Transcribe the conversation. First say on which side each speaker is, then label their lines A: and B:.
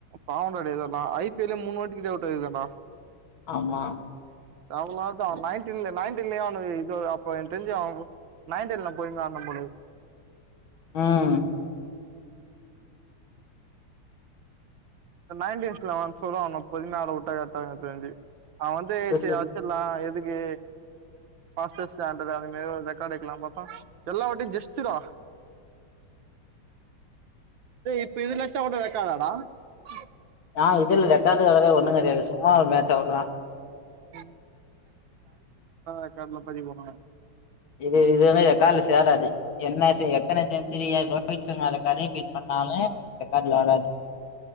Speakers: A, on the right (about 70°); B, on the left (about 75°).
A: பாவன்டா இதெல்லா ஐ பி எல் லயே மூணு வாட்டி கிட்ட அவுட் ஆயிருக்கான்டா
B: ஆமா
A: <unintelligible> நைன்டீன் நைன்டீன்லயே அவனு இது அப்ப என்கு தெரிஞ்சு அவ நைன்டின்லா போயர்லா அண்ண போண்ணுது
B: ஆஹ்
A: இந்த நைன்டீன்ஸ்ல வந்து சொல்வாங்க பொறுமையா ஆட வுட்டா கரட்டாருக்கு எனக்கு தெரிஞ்சு அவ வந்து
B: ச
A: சரி
B: ச
A: வச்சிடலா எதுக்கு <unintelligible> வெளாண்ட்டு இருக்கானுங்ளே ஒரு ரெக்கார்டு வெக்கலான் பாத்தா எல்லா வாட்டியு ஜஸ்ட் டா ஏய் இப்ப இதுல அடிச்சா கோட ரெக்கார்ட் ஆடா ஆஹ
B: ஆஹ் இதுல ரெக்கார்டு கெடையாது ஒண்ணுங் கிடையாது சும்மா ஒரு மேட்ச் அவ்ளதா
A: <unintelligible> ரெக்கார்ட்லா பதிவு பண்ணனு
B: இது இது கால்ல சேராது என்ன எத்தனை செஞ்சுரிய ரோஹித் சிர்மால கதய பண்ணாலே ரெக்காட்ல வராது